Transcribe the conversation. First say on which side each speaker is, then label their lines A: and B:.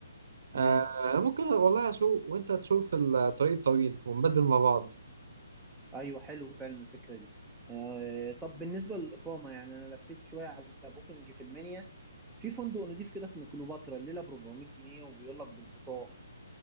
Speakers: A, on the right; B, in the centre.
A: آه
B: مم.
A: انا ممكن والله اسوق وانت تسوق في الطريق الطويل ونبدل مع بعض
B: أيوه حلو فعلا الفكرة دي آه، طب بالنسبة للإقامة يعني أنا لفيت شوية على بوكينج في المنيا في فندق نضيف كده اسمه كليوباترا الليلة ب 400 جنيه وبيقول لك بالفطار